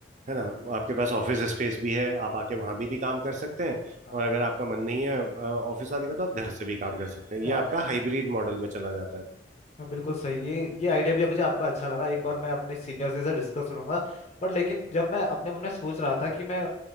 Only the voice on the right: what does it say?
है ना आपके पास ऑफिस स्पेस भी है आप आके वहां भी भी काम कर सकते हैं
और अगर आपका मन नहीं है ऑफिस आने का तो आप घर से भी काम कर सकते हैं ये
आपका हाइब्रिड मॉडल में चला जाता है